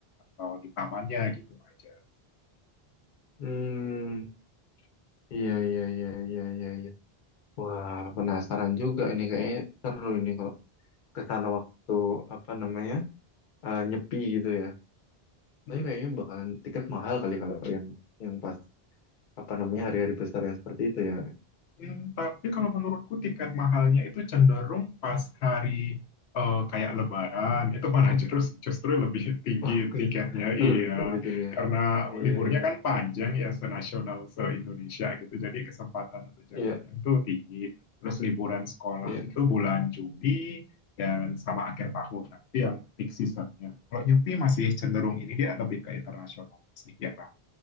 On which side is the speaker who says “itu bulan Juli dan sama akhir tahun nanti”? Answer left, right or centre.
Left